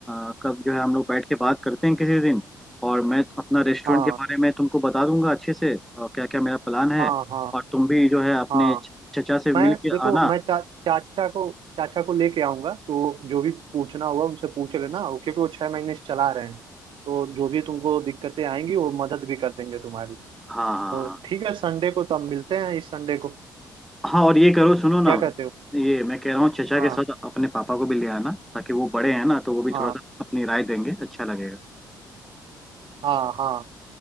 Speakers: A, in the centre; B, on the right.
A: अ, कब जो है हम लोग बैठ के बात करते हैं किसी दिन और मैं अपना रेस्टोरेंट
B: हाँ
A: के बारे में तुमको बता दूंगा अच्छे से और क्या क्या मेरा प्लान है
B: हाँ हाँ
A: और तुम भी जो है अपने
B: हाँ
A: चचा से
B: मैं
A: मिल के
B: देखो
A: आना
B: मैं चा, चाचा को चाचा को लेके आऊंगा तो जो भी पूछना होगा उनसे पूछ लेना वो- क्योंकि वो छह महीने से चला रहे हैं तो जो भी तुमको दिक्कतें आएंगी वो मदद भी कर देंगे तुम्हारी
A: हाँ
B: तो
A: हाँ हाँ।
B: ठीक है संडे को तब मिलते हैं इस संडे को
A: हाँ और ये करो सुनो ना
B: क्या कहते हो
A: ये मैं कह रहा हूँ चचा
B: हाँ
A: के साथ अपने पापा को भी ले आना ताकि वो बड़े हैं ना तो वो भी
B: हाँ
A: थोड़ा सा अपनी राय देंगे अच्छा लगेगा
B: हाँ हाँ